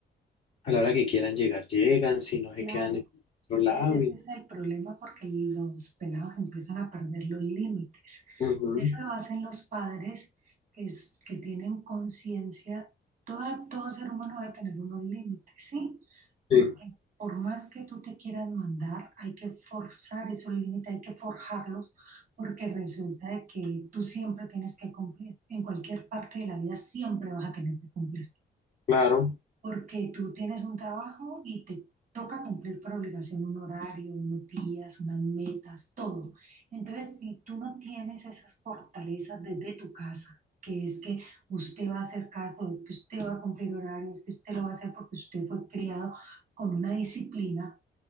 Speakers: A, on the left (about 35°); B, on the right (about 45°).
A: a la hora que quieran llegar, llegan, si no se
B: Claro,
A: quedan en otro
B: entonces
A: lado
B: ese
A: y...
B: es el problema porque los pelados empiezan a perder los límites.
A: ujú,
B: Eso lo hacen los padres que, es- que tienen conciencia. Todo, todo ser humano debe tener unos límites, ¿sí? Porque
A: sí.
B: por más que tú te quieras mandar, hay que forzar esos límites, hay que forjarlos, porque resulta de que tú siempre tienes que cumplir. En cualquier parte de la vida siempre vas a tener que cumplir
A: Claro,
B: porque tú tienes un trabajo y te toca cumplir por obligación un horario, unos días, unas metas, todo. Entonces, si tú no tienes esas fortalezas desde tu casa, que es que usted va a hacer caso, es que usted va a cumplir horarios, es que usted lo va a hacer porque usted fue criado con una disciplina,